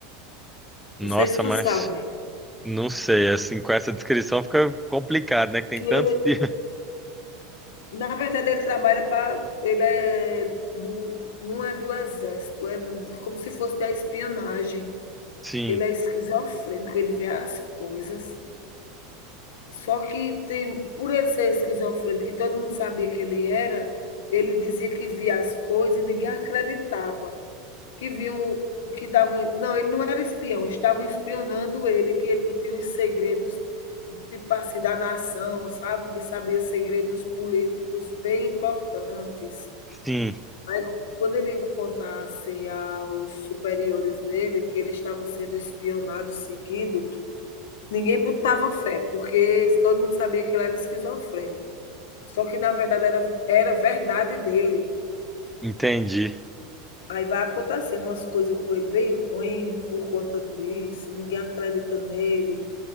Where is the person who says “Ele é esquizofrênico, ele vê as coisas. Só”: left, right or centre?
Left